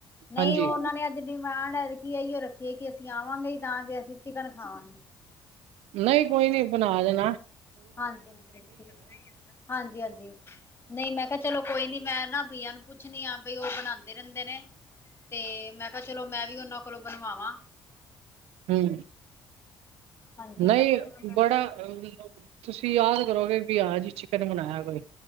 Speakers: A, on the left; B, on the right.
A: ਨਹੀਂ
B: ਹਾਂਜੀ
A: ਉਹਨਾਂ ਨੇ ਅੱਜ ਡਿਮਾਂਡ ਏਦਕੀ ਏਇੳ ਰੱਖੀ ਐ ਕਿ ਕਿ ਆਵਾਂਗੇ ਈ ਤਾਂ ਕੇ ਅਸੀਂ ਚਿਕਨ ਖਾਵਾਂਗੇ।
B: ਨਈ ਕੋਈ ਨੀ ਬਨਾ ਦੇਨਾ।
A: ਹਾਂਜੀ-ਹਾਂਜੀ ਬਿਲਕੁਲ ਹਾਂਜੀ ਨਈ ਮੈਂ ਕਿਹਾ ਚਲੋ ਕੋਈ ਨੀ ਮੈਂ ਨਾ ਬਈਆ ਨੂੰ ਪੁੱਛਣੀ ਆ ਬਈ ਓ ਬਣਾਦੇ ਰਹਿੰਦੇ ਨੇ, ਤੇ ਮੈਂ ਕਿਹਾ ਚਲੋ ਮੈਂ ਵੀ ਓਨਾਂ ਕੋਲੋਂ ਬਣਵਾਵਾਂ
B: ਹੂੰ,
A: ਹਾਂਜੀ
B: ਨਈ
A: ਮੈਂ ਕਿਹਾ ਚਲੋ ਮੈਂ
B: ਬੜਾ ਤੁਸੀਂ ਯਾਦ ਕਰੋਗੇ ਕਿ ਹਾਂ ਜੀ ਚਿਕਨ ਬਣਾਇਆ ਕੋਈ